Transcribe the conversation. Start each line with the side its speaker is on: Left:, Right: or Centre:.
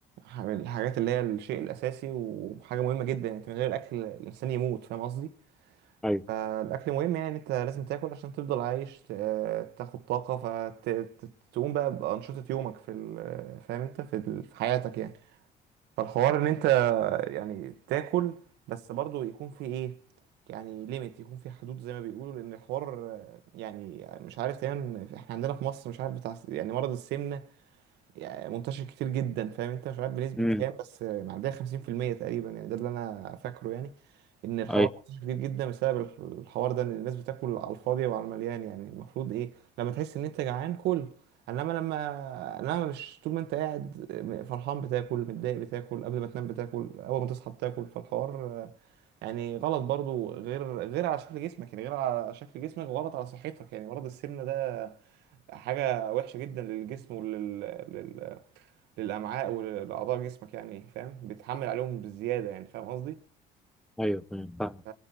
Right: ح- من الحاجات اللي هي الشيء الاساسي وحاجه مهمه جدا انت من غير الاكل الانسان يموت فاهم قصدي
Centre: ايوه
Right: فالاكل مهم يعني انت لازم تاكل عشان تفضل عايش ت- آه، تاخد طاقه فتقوم بقى بانشطه يومك في ال- فاهم انت في ال- في حياتك يعني فالحوار ان انت يعني تاكل بس برضو يكون في ايه يعني ليميت يكون في حدود زي ما بيقولوا لان الحوار آه، يعني مش عارف دايما احنا عندنا في مصر مش عارف بتاع يعني مرض السمنة يعني منتشر كتير جدا فاهم انت مش عارف بنسبة
Centre: امم
Right: كام بس معدية 50% تقريبا يعني ده اللي انا فاكره يعني ان الحوار
Centre: ايوه
Right: منتشر كتير جدا بسبب الحوار ده ان الناس بتاكل على الفاضي وعلى المليان يعني المفروض ايه لما تحس ان انت جعان كل انما لما انما مش طول ما انت قاعد فرحان بتاكل متضايق بتاكل قبل ما تنام بتاكل اول ما تصحى بتاكل فالحوار يعني غلط برضو غير غير على شكل جسمك يعني غير على شكل جسمك غلط على صحتك يعني مرض السمنة ده حاجة وحشة جدا للجسم ولل للامعاء ولاعضاء جسمك يعني فاهم بيتحمل عليهم بزياده يعني فاهم قصدي
Centre: ايوه تمام فاهم
Right: ف-